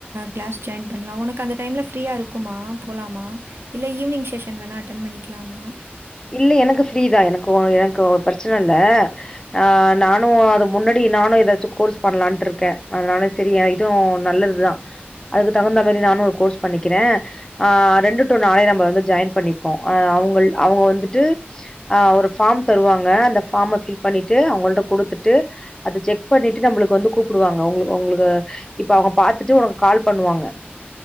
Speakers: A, on the right; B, on the left.
A: கிளாஸ் ஜாயின் பண்ணலாம் உனக்கு அந்த டைமில் ஃப்ரீயாக இருக்குமா போலாமா இல்ல ஈவி்னிங் செஷன் வேணா அட்டன் பண்ணிக்கலாமா
B: இல்ல எனக்கு ஃப்ரீதான் எனக்கு எனக்கு பிரச்சனை இல்லே ஆஹ் நானும் அது முன்னாடி நானும் ஏதாச்சும் கோர்ஸ் பண்ணலான்ட்டு இருக்கேன் அதனால சரி இதுவும் நல்லதுதான் அதுக்கு தகுந்த மாறி நானும் ஒரு கோர்ஸ் பண்ணிக் இருக்கிறேன் ஆ ரெண்டு <unintelligible> நம்ம வந்து ஜாயின் பண்ணிக்கோம் அவங்க அவங்க வந்து ந்துட்டு ஒரு ஃபார்ம் தருவாங்க அந்த ஃபார்ம் ஃபில் பண்ணிட்டு அவங்கல்ட குடுத்துட்டு அத செக் பண்ணிட்டு நம்ளுக்கு வந்து கூப்பிடுவாங்க உங்க இப்ப அவங்க பாத்துட்டு உனக்கு கால் பண்ணுவாங்க